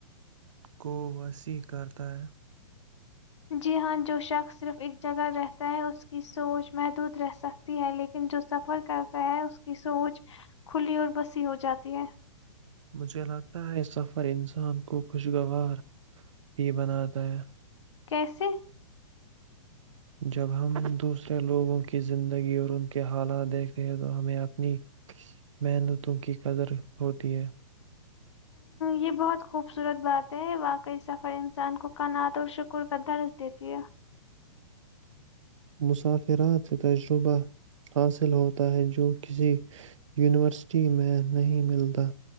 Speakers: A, on the right; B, on the left.
A: کو وسیع کرتا ہے
B: جی ہاں جو شخص صرف ایک جگہ رہتا ہے اس کی سوچ محدود رہ سکتی ہے لیکن جو سفر کرتا ہے اس کی سوچ کھلی اور بسی ہو جاتی ہے
A: مجھے لگتا ہے یہ سفر انسان کو خوشگوار بھی بناتا ہے
B: کیسے
A: جب ہم دوسرے لوگوں کی زندگی اور ان کے حالات دیکھتے ہیں تو ہمیں اپنی محنتوں کی قدر ہوتی ہے
B: یہ بہت خوب خوبصورت بات ہے واقعی سفر انسان کو کنعات اور شکر کا درس دیتی ہے <inaudible>
A: مسافرات سے تجربہ حاصل ہوتا ہے جو کسی یونیورسٹی میں نہیں ملتا